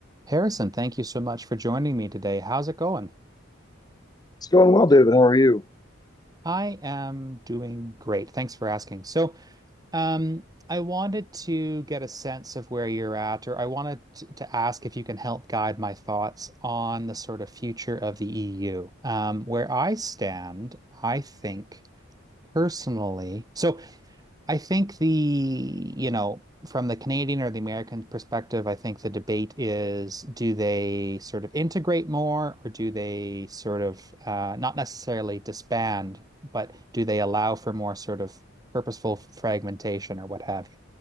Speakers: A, on the right (about 20°); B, on the left (about 20°).
A: Harrison, thank you so much for joining me today. How's it going?
B: It's going well, David. How are you?
A: I am doing great. Thanks for asking. So, um, I wanted to get a sense of where you're at, or I wanted t- to ask if you can help guide my thoughts on the sort of future of the EU. Um, where I stand, I think personally, so I think the, you know, from the Canadian or the American perspective, I think the debate is do they sort of integrate more or do they sort of uh, not necessarily disband, but do they allow for more sort of purposeful fragmentation or what have you?